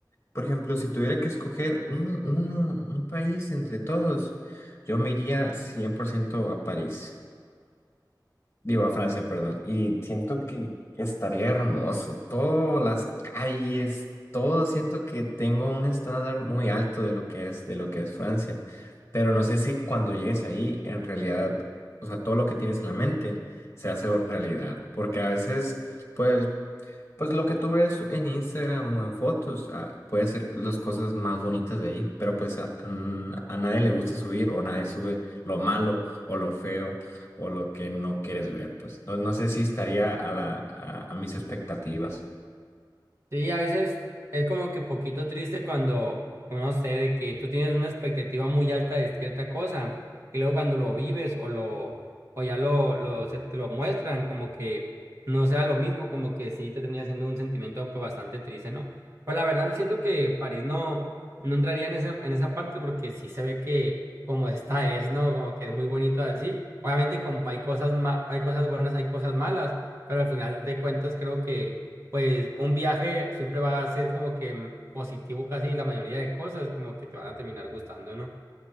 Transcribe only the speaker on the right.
Sí, a veces es como que poquito triste cuando, no sé, de que tú tienes una expectativa muy alta de cierta cosa y luego cuando lo vives o lo o ya lo, lo se te lo muestran como que no sea lo mismo, como que sí te termina siendo un sentimiento pues, bastante triste, ¿no? Pues la verdad siento que París no no entraría en esa en esa parte porque sí se ve que como está es, ¿no? Como que es muy bonito así. Obviamente como hay cosas ma- hay cosas buenas, hay cosas malas, pero al final de cuentas creo que pues un viaje siempre va a ser como que mm, positivo casi la mayoría de cosas, como que te van a terminar gustando, ¿no?